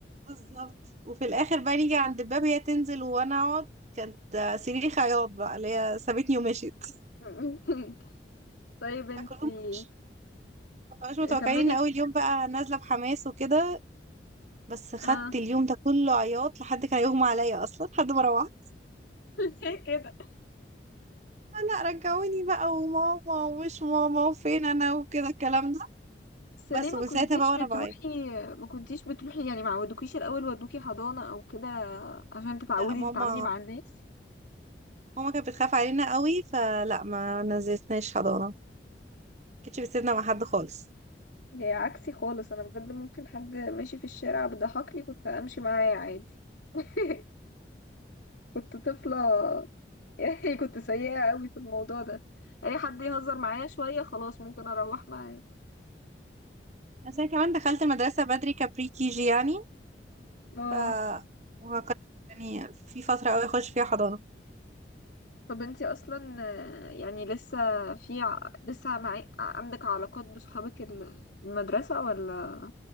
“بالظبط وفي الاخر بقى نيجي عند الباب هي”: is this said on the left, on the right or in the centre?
Right